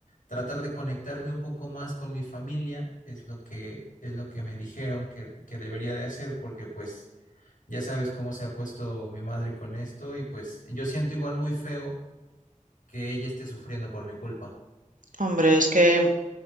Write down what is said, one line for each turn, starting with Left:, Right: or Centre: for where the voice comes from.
Left: tratar de conectarme un poco más con mi familia es lo que es lo que me dijeron que, que debería de hacer porque pues ya sabes cómo se ha puesto mi madre con esto y pues yo siento igual muy feo que ella esté sufriendo por mi culpa.
Right: Hombre, es que...